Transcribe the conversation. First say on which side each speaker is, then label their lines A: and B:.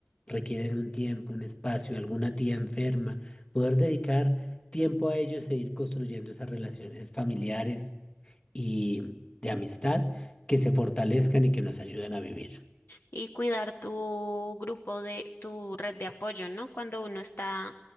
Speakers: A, on the left (about 25°); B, on the left (about 60°).
A: requieren un tiempo, un espacio, alguna tía enferma? Poder dedicar tiempo a ellos e ir construyendo esas relaciones familiares y de amistad que se fortalezcan y que nos ayuden a vivir.
B: y cuidar tu grupo de tu red de apoyo, ¿no? Cuando uno está